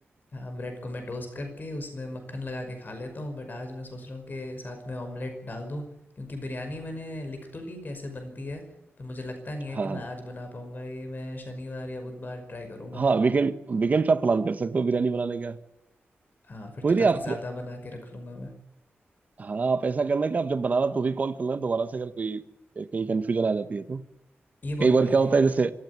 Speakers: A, on the left; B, on the right.
A: हाँ ब्रेड को मैं टोस्ट करके उसमें मक्खन लगा के खा लेता हूँ बट आज मैं सोच रहा हूँ कि साथ में ऑमलेट डाल दूँ क्योंकि बिरयानी मैंने लिख तो ली कैसे बनती है पर मुझे लगता नहीं है
B: हाँ
A: कि
B: हाँ
A: मैं आज बना पाऊँगा ये मैं शनिवार या बुधवार ट्राई करूँगा
B: हाँ, वीकेंड वीकेंड पे आप प्लान कर सकते हो बिरयानी बनाने का
A: हाँ फिर
B: कोई
A: तो काफ़ी
B: नहीं आप
A: ज़्यादा बना के रख लूँगा मैं
B: हाँ आप ऐसा करना कि आप जब बनाना तो भी कॉल करना दोबारा से अगर कोई कहीं कंफ्यूजन आ जाती है तो
A: ये बहुत
B: कई
A: बढ़िया
B: बार क्या
A: आइडिया
B: होता है जैसे
A: है